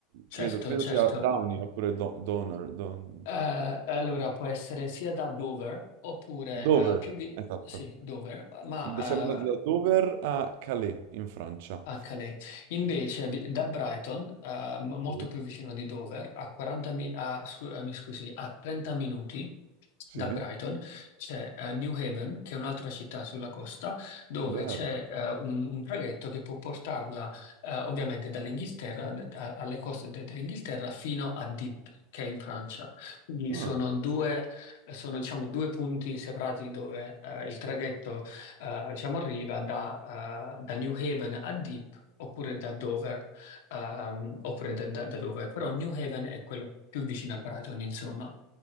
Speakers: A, on the left; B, on the right.
A: Certo,
B: credo, credo
A: certo.
B: sia Downey oppure Do- Donor, Don-
A: Eh, allora può essere sia da Dover oppure
B: Dover,
A: eh, più vi-
B: esatto.
A: sì, Dover, ma
B: Siamo andati da
A: eh,
B: Dover a Calais in Francia.
A: HD. Invece vi- da Brighton, eh, m- molto
B: Sì,
A: più vicino di Dover, a 40 mi, a, scu- eh, mi scusi, a 30 minuti
B: sì,
A: da Brighton c'è eh, New Haven, che è un'altra città sulla costa, dove
B: bello.
A: c'è eh, un, un traghetto che può portarla eh, ovviamente dall'Inghilterra, d- a- alle coste de- dell'Inghilterra, fino a Dieppe, che è in Francia. Quindi
B: Ah,
A: sono due, sono, diciamo, due punti separati dove eh, il traghetto eh, diciamo, arriva da, eh, da New Haven a Dieppe oppure da Dover, ehm, oppure da, da- da Dover, però New Haven è quello più vicino a Brighton, insomma.